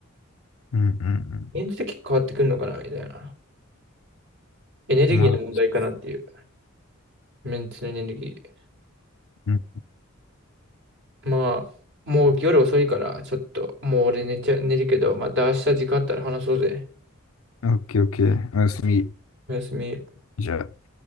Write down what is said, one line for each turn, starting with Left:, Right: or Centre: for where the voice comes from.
Left: な。うんうん
Right: メンツで結構変わってくるのかな、みたいな。エネルギーの問題かなっていう。
Left: うん。まあ、
Right: メンツのエネルギー。
Left: うん。
Right: まあ、もう夜遅いから、ちょっと、もう俺寝ちゃ、寝るけど、また明日時間あったら話そうぜ。
Left: オッケーオッケー。おやすみ。
Right: おやすみ。
Left: じゃあ。